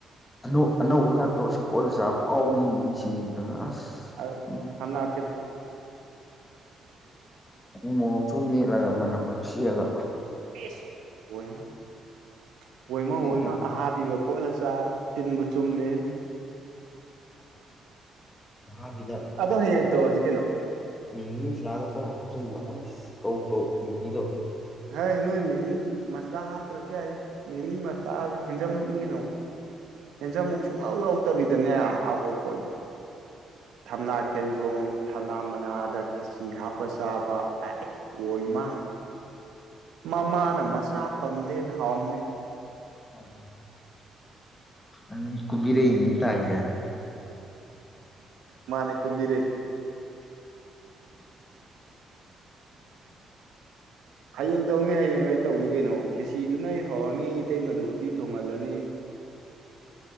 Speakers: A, on the left (about 20°); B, on the right (about 80°).
A: ꯧ ꯑꯅꯧꯕ ꯈꯗꯣ ꯑꯁ ꯀꯣꯜꯂ ꯆꯥꯕ ꯐꯥꯎꯅꯤ ꯃꯤꯁꯤꯡꯕꯗꯒ ꯑꯁ
B: ꯑ
A: ꯎꯝ
B: ꯊꯝꯅ
A: ꯎ ꯃꯣꯔꯣꯛꯇꯨꯝ ꯃꯦꯠꯂꯒ ꯃꯅꯝꯒ ꯅꯨꯡꯁꯤꯔꯒ
B: ꯑꯣꯏ ꯑꯣꯏꯃ ꯑꯣꯏꯃ
A: ꯃꯦꯠꯂ
B: ꯑꯍꯥꯕꯤ ꯀꯣꯜ ꯍꯁꯥ ꯇꯤꯟꯕꯨ ꯆꯨꯝꯃꯦ
A: ꯀꯥꯕꯤꯗ
B: ꯑꯗꯣ ꯍꯌꯦꯡ ꯇꯧꯔꯖꯤꯒꯦꯩꯅꯣ
A: ꯁ ꯍꯥ ꯀꯧꯣꯣ
B: ꯍ ꯅꯣꯏ ꯃꯤꯃꯤ ꯃꯁꯥ ꯍꯥꯊꯔꯆ ꯃꯤꯦꯃꯤ ꯃꯁꯥ ꯍꯦꯟꯖꯝꯃꯛꯅꯤꯅꯣ ꯌꯦꯦꯟꯁꯟꯃꯨꯛ ꯁꯨꯡꯂꯧ ꯌꯥꯎꯗꯕꯤꯗꯅꯦ ꯍꯥꯞꯄ ꯄꯣꯠꯅꯦ ꯊꯝꯅꯥ ꯈꯦꯟꯖꯣ ꯊꯝꯅꯥ ꯃꯅꯥꯗ ꯈꯦꯆꯤ ꯍꯥꯞꯄ ꯆꯥꯕ ꯑꯩ ꯑꯣꯏꯃ ꯃꯃꯥꯅ ꯃꯆꯥ ꯄꯝꯗꯦꯅ ꯍꯥꯎꯃꯦ
A: ꯑꯣ ꯑ ꯀꯨꯕꯤꯔ ꯏ ꯇ ꯍꯥꯏꯖ
B: ꯃꯥꯅꯦ ꯀꯨꯝꯃꯤꯔꯦꯟ ꯍꯌꯦꯡ ꯇꯧꯅꯤ ꯍꯌꯦꯡ ꯑꯩ ꯇꯧꯒꯦ ꯀꯩꯅꯣ ꯈꯦꯁꯤꯗꯨꯅ ꯑꯩ ꯍꯧꯔꯅꯤ ꯏꯇꯩꯃꯗ ꯎꯇꯤ ꯊꯣꯡꯍꯜꯂꯅꯤ